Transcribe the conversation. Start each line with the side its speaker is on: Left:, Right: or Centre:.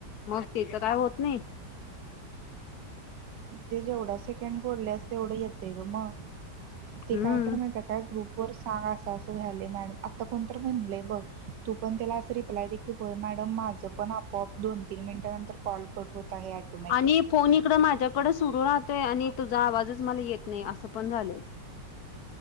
Left: मग तेच काय होत नाही.
Right: जे जेवढा सेकंड बोललेस तेवढं येते ग मग. ते
Left: हम्म
Right: काय कर माहि काय ग्रुप वर सांग असं असं झालंय मॅडम आता कोणत म्हणलेय बघ. तू पण त्याला अस रिप्लाय दे की होय मॅडम माझं पण आपोआप दोन तीन मिनटानंतर कॉलकट होत आहे ऑटोमॅटिक
Left: आणि फोन इकड माझ्याकडे सुरू राहतोय आणि तुझा आवाजच मला येत नाही असं पण झालंय.